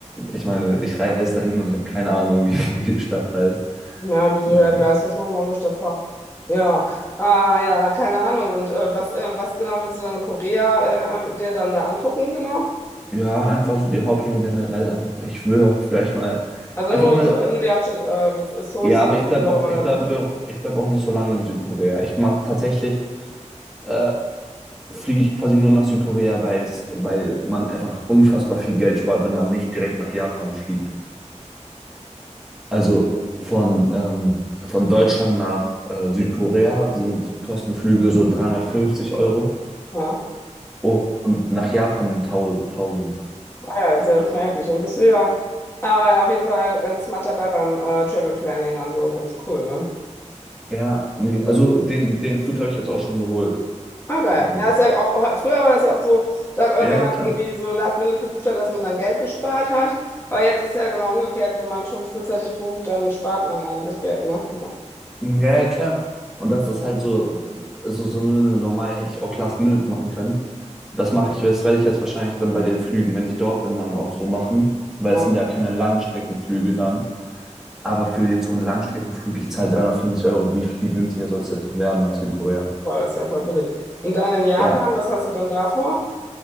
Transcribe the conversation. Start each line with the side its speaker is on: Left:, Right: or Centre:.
Centre: ich meine, ich reise dahin und ich habe keine Ahnung, wie, wie die Stadt heißt.
Left: Ja, du so,
Centre: Naja.
Left: ja, wie heißt das nochmal, wo ich da fahre. Ja, ah, ja, keine Ahnung. Und äh, was, äh, was genau willst du dann in Korea äh, dir dann da angucken, genau?
Centre: Ja, einfach so die Hauptstadt und generell einfach, ich will auch vielleicht mal,
Left: Also
Centre: einfach
Left: nur,
Centre: mal,
Left: so- nur die Hauptstadt, äh, mit Seoul,
Centre: ja, aber ich bleib
Left: wie auch
Centre: auch,
Left: immer man
Centre: ich
Left: das
Centre: bleibe
Left: nennt.
Centre: auch, ich bleib auch nicht so lange in Südkorea. Ich mache tatsächlich, äh, fliege ich quasi nur nach Südkorea, weil es, weil man einfach unfassbar viel Geld spart, wenn man nicht direkt nach Japan fliegt. Also von, ähm, von Deutschland nach äh, Südkorea sind Kostenflüge so 350 Euro
Left: Ja,
Centre: und nach Japan tausend
Left: ah, ja, das ist ja schon erheblich. Und bist du ja, ah, ja, auf jeden Fall ganz smart dabei beim äh, Travel Planning, also ganz cool, ne?
Centre: Ja, nee, also den, den Flug habe ich jetzt auch schon geholt.
Left: Ah, geil.
Centre: Ähm,
Left: Ja, ist ja auch, früher war das ja oft so, da,
Centre: Ja,
Left: äh, wenn man
Centre: ja, klar.
Left: irgendwie so Last Minute gebucht hat, dass man dann Geld gespart hat. Aber jetzt ist ja genau umgekehrt, wenn man schon frühzeitig bucht, dann spart man einem das Geld, ne? Ja,
Centre: Ja, ja, klar. Und das ist halt so, so, so eine normal hätte ich auch Last Minute machen können. Das mache ich, das werde ich jetzt wahrscheinlich dann bei den Flügen, wenn ich dort bin, dann auch so machen, weil
Left: ja,
Centre: es sind ja keine Langstreckenflüge dann. Aber für jetzt so einen Langstreckenflug, ich zahle 350 Euro. Wie viel günstiger soll es jetzt noch werden nach Südkorea?
Left: boah, das ist ja voll billig. Und dann in Japan,
Centre: Ja,
Left: was hast du dann da vor?